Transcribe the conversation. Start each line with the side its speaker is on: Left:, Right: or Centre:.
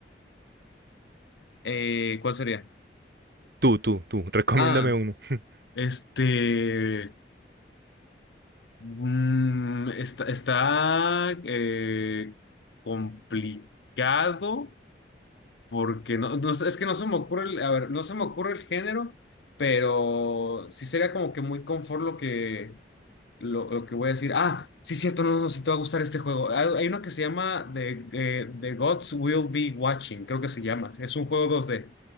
Left: Eh, ¿cuál sería?
Right: Tú, tú, tú, recomiéndame
Left: Ah,
Right: uno. <laughs>
Left: este... Mm, está está, eh, complicado porque no, no sé, es que no se me ocurre el, a ver, no se me ocurre el género, pero sí sería como que muy confort lo que lo, lo que voy a decir. Ah, sí, cierto, no, no, si te va a gustar este juego. Hay, hay uno que se llama The, eh, The Gods Will Be Watching, creo que se llama. Es un juego dos d